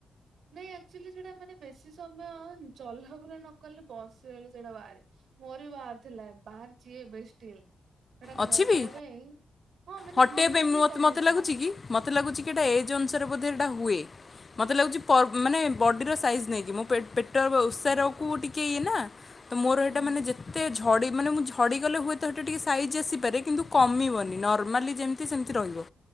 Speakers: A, on the right (about 80°); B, on the left (about 35°).
A: ଇଁ ଅକ୍ଚୁଆଲି ସେଟା ମାନେ ବେଶୀ ସମୟ ଚଲାବୁଲା ନକଲେ ବସିରହିଲେ ସେଡ଼ା ବାରେ। ମୋରୋ ବି ବାହାରି ଥିଲା ବାହାରିଚି ଏବେ ଷ୍ଟିଲ୍। ସେଟା
B: ଅଛି
A: ଘଟେଇବା
B: ବି
A: ପାଇଁ ହଁ ମାନେ
B: ଘଟେଇବା
A: ଧୀରେ
B: ପାଇଁ
A: ଧୀରେ
B: ମତ୍
A: କମୁଛି
B: ମତେ ଲାଗୁଚି କି ମତେ ଲାଗୁଚି କି ଏଟା ଏଜ୍ ଅନୁସାରେ ବୋଧେ ଏଟା ହୁଏ। ମତେ ଲାଗୁଚି ପର୍ ମାନେ ବଡ଼ିର ସାଇଜ୍ ନେଇକି ମୋ ପେଟ୍ ପେଟ ଓସାରକୁ ଟିକେ ଇଏ ନା। ତ ମୋରୋ ଏଇଟା
A: ହଁ
B: ମାନେ ଯେତେ ଝଡ଼ି ମାନେ ମୁଁ ଝ ଝଡ଼ିଗଲେ ହୁଏତ ହେଟା ଟିକେ ସ୍ ସାଇଜ୍ ଆସିପାରେ କିନ୍ତୁ କମିବନି ନର୍ମାଲି ଯେମିତି ସେମିତି ରହିବ।